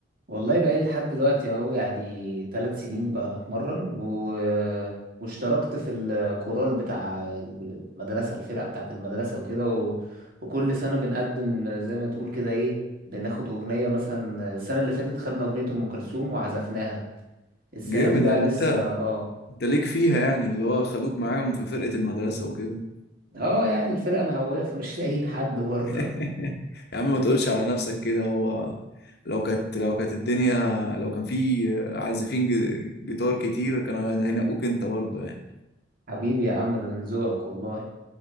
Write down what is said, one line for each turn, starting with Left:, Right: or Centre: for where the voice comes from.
Right: والله بقالي لحد دلوقتي اهو يعني ثلاث سنين بتمرن و... واشتركت في الكورال بتاع المدرسة الفرقة بتاعة المدرسة وكده و... وكل سنة بنقدم زي ما تقول كده ايه بناخد أغنية مثلا السنة اللي فاتت خدنا أغنية أم كلثوم وعزفناها السنة
Left: جامد
Right: دي بقى
Left: يعني
Right: لسه
Left: انت
Right: اه
Left: انت ليك فيها يعني اللي هو خدوك معاهم في فرقة المدرسة وكده
Right: اه يعني الفرقة مهوية فمش <laughs> لاقيين حد برضه
Left: <laughs> يا عم ما تقولش على نفسك كده هو لو كانت لو كانت الدنيا لو كان في عازفين جي- جيتار كتير كانوا هينقوك انت برضه يعني
Right: حبيبي يا عم ده من ذوقك والله